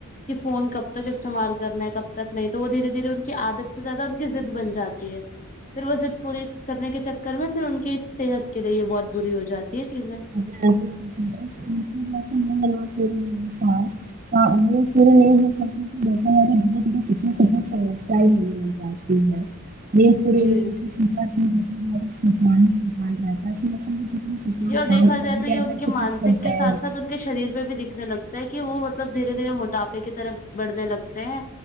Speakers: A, on the left (about 35°); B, on the right (about 35°).
A: کہ فون کب تک استعمال کرنا ہے کب تک نہیں تو وہ دھیرے دھیرے ان کی عادت سے زیادہ ان کی ضد بن جاتی ہے پھر وہ ضد پوری کرنے کے چکر میں پھر ان کی صحت کے لیے یہ بہت بری ہو جاتی ہے یہ چیزیں
B: <inaudible> <inaudible> <inaudible>
A: جی
B: <inaudible>
A: جی اور دیکھا
B: کر
A: جائے
B: لیا
A: تو یہ ان کے
B: کتنا
A: مانسک
B: تھک
A: کے
B: گئے
A: ساتھ
B: ہیں۔
A: ساتھ ان کے شریر پہ بھی دکھنے لگتا ہے کہ وہ مطلب دھیرے دھیرے موٹاپے کی طرف بڑھنے لگتے ہیں